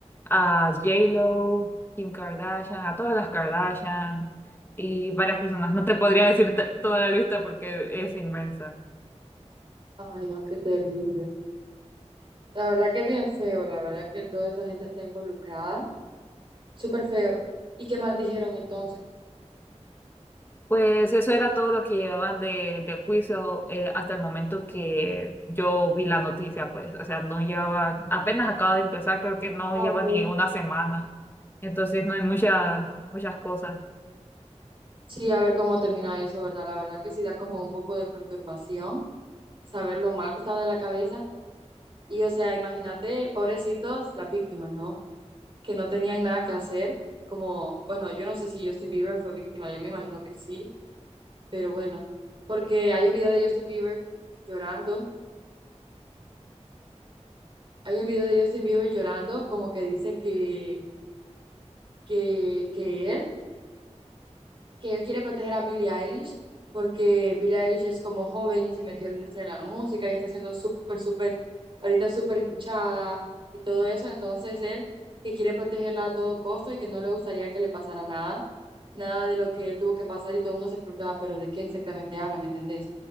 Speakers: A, on the left; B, on the right.
A: a J-Lo, Kim Kardashian, a todas las Kardashian y varias personas. No te podría decir t- toda la lista porque es inmensa.
B: Ay, no, qué terrible. La verdad que es bien feo, la verdad que toda esa gente está involucrada, súper feo. ¿Y qué más dijeron entonces?
A: Pues eso era todo lo que llevaban de, de juicio eh, hasta el momento que yo vi la noticia, pues, o sea, no llevaba, apenas acaba de empezar, creo que no
B: Ah,
A: lleva
B: ok.
A: ni una semana, entonces no hay muchas, muchas cosas.
B: Sí, a ver cómo termina eso, ¿verdad? La verdad que sí da como un poco de perturbación saber lo mal que estaba de la cabeza. Y o sea, imagínate, pobrecitos, las víctimas, ¿no? que no tenían nada que hacer, como, bueno, yo no sé si Justin Bieber fue víctima, yo me imagino que sí, pero bueno, porque hay un video de Justin Bieber llorando, hay un video de Justin Bieber llorando, como que dice que, que, que él que él quiere proteger a Billie Eilish porque Billie Eilish es como joven y se metió en la industria de la música y está siendo súper, súper, ahorita súper escuchada y todo eso. Entonces él que quiere protegerla a todo costo y que no le gustaría que le pasara nada, nada de lo que él tuvo que pasar y todo el mundo se preguntaba, pero ¿de qué exactamente habla? ¿Me entendés?